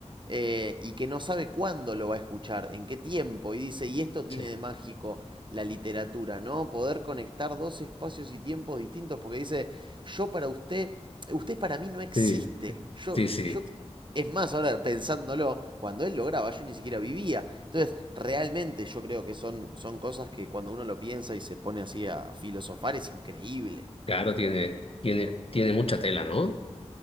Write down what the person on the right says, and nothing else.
eh, y que no sabe cuándo lo va a escuchar, en qué tiempo, y dice, y esto tiene
de mágico la literatura, ¿no? Poder conectar dos espacios y tiempos distintos, porque dice, yo para usted Usted para mí no existe.
Sí. Yo,
yo, es más, ahora pensándolo, cuando él lo graba, yo ni siquiera vivía. Entonces, realmente yo creo que son, son cosas que cuando uno lo piensa y se pone así a filosofar es increíble.